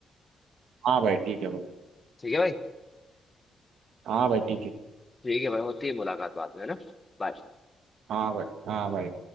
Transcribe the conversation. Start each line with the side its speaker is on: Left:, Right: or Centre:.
Right: हाँ भाई ठीक है भाई
Left: ठीक है भाई
Right: हाँ भाई ठीक है
Left: ठीक है भाई होती है मुलाकात बाद में है ना Bye.
Right: हाँ भाई हाँ भाई